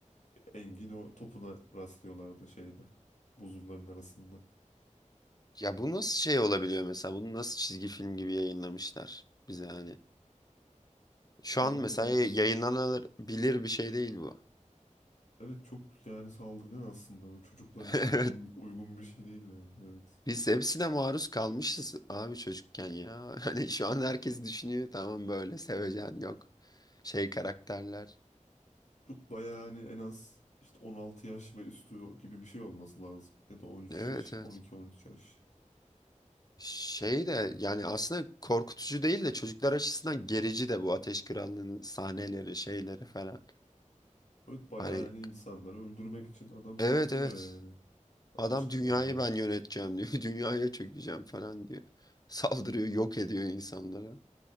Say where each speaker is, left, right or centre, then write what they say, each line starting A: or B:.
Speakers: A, on the left (about 65°); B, on the left (about 30°).
A: Engin o topuna rastlıyorlardı şeyde. Buzulların arasında.
B: Ya bu nasıl şey olabiliyor mesela? Bunu nasıl çizgi film gibi yayınlamışlar bize hani? Şu
A: Yani
B: an mesela
A: evet.
B: yayınlanabilir bir şey değil bu.
A: Evet çok yani saldırgan aslında. Bu çocuklar
B: <laughs>
A: için uygun uygun bir şey değil yani. Evet.
B: Biz hepsine maruz kalmışız abi çocukken ya. <laughs> Hani şu an herkes düşünüyor tamam böyle sevecen yok. Şey karakterler.
A: Çok bayağı hani en az işte 16 yaş ve üstü gibi bir şey olması lazım. Ya da 13
B: Evet
A: yaş,
B: evet.
A: 12-13 yaş.
B: Şey de yani aslında korkutucu değil de çocuklar açısından gerici de bu Ateş Krallığı'nın sahneleri şeyleri falan.
A: Evet bayağı
B: Hani
A: yani insanları öldürmek için adam saldırıyor
B: evet evet
A: yani. Ateş
B: adam
A: Krallığı.
B: dünyayı ben yöneteceğim diyor. <laughs> Dünyaya çökeceğim falan diyor. Saldırıyor yok ediyor insanlara.